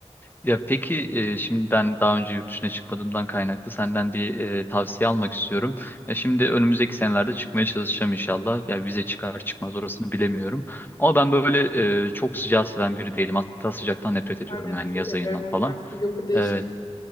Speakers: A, on the left (about 15°); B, on the left (about 40°).
A: Ya peki e, şimdi ben daha önce yurt dışına çıkmadığımdan kaynaklı senden bir e, tavsiye almak istiyorum. Ya şimdi önümüzdeki senelerde çıkmaya çalışacağım inşallah. Ya vize çıkar çıkmaz orasını bilemiyorum. Ama ben böyle e, çok sıcağı seven biri değilim. Hatta sıcaktan nefret ediyorum
B: Ben de
A: yani
B: nefret
A: yaz
B: ederim
A: ayından
B: o
A: falan.
B: yüzden Singapur'da yaşıyorum.
A: Evet.